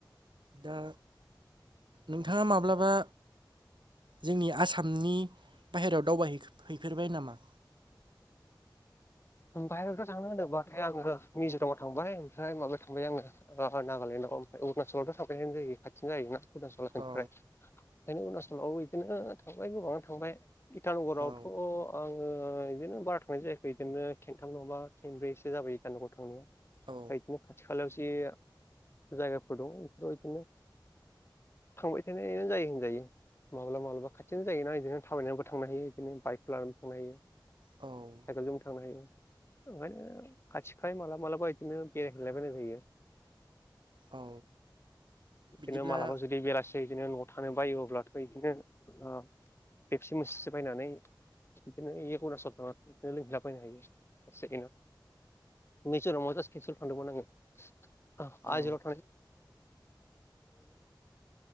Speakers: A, on the right (about 75°); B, on the left (about 30°).
A: दा नोंथाङा माब्लाबा जोंनि आसामनि बाहेरायाव दावबायै हैफेरबाय नामा
B: बाहेरायावथ' थांनो होनोबथायाय आङो मिज'रामाव थांबाय ओमफ्राय माबायाव थांबाय आङो अ नागालेण्डआव ओमफ्राय अरुणचलावथ' साबायानो जायो खाथिनो जायोना अुचलनिफ्राय
A: औ
B: ओंखायनो अरुणनाचलाव बिदिनो थांबाय गोबाङ थांबाय इटानगरावथ'
A: औ
B: आङो बिदिनो बारा थांनाय जायाखै बिदिनो खन्थाम नङाबा खेनब्रैसो जाबायो गानन गौ थांनाया ओमफ्राय
A: औ
B: बिदिनो खाथि खालायावसो जायगाफोर दं बेफोराव बिदिनो थांबाय थानायनो जायो होनजायो माब्लाबा माब्लाबा खाथिनो जायोना बिदिनो थाबायनायावबो थांनो हायो बिदिनो बाइकखौ लानानैबो थांनो हायो
A: औ
B: साइकेलजों थांनो हायो ओंखायनो खाथि खालाय माला मालाबा बिदिनो बेरायहैायबायनाय जायो
A: औ
B: बिदिनो
A: बिदिब्ला
B: मालाबा जुदि बेलासि बिदिनो न' थानो बायो अब्लाथ' बिदिनो बेबसि मुसस बायनानै बिदिनो एकार सन बिदिनो लोंहलाबायैनो हायो क नसना जास्ट केन्सेल खालामानदोंमोन
A: औ
B: आङो